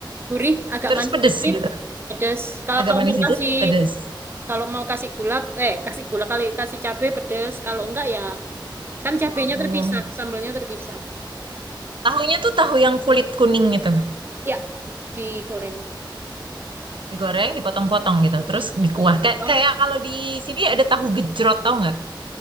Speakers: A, on the right (about 30°); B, on the right (about 80°).
A: gurih, agak
B: terus
A: manis
B: pedes
A: dikit,
B: gitu.
A: pedes. Kalau
B: Agak
A: kalau
B: manis
A: mau
B: sedikit,
A: kasih
B: pedes.
A: kalau mau kasih gula, eh kasih gula kali kasih cabe pedes. Kalau enggak ya kan cabenya
B: Oh.
A: terpisah, sambelnya terpisah.
B: Tahunya tuh tahu yang kulit kuning gitu.
A: Ya, digoreng.
B: Digoreng, dipotong-potong gitu.
A: Hmm,
B: Terus dikuah.
A: potong-potong.
B: Kayak, kayak kalau di sini ada tahu gejrot, tau nggak?